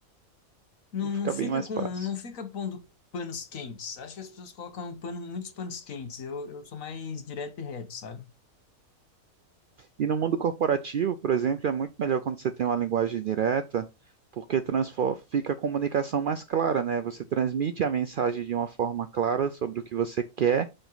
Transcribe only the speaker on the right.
E fica
bem mais
fácil.
E no mundo corporativo, por exemplo, é muito melhor quando você tem uma linguagem direta, porque transfor- fica a comunicação mais clara, né? Você transmite a mensagem de uma forma clara sobre o que você quer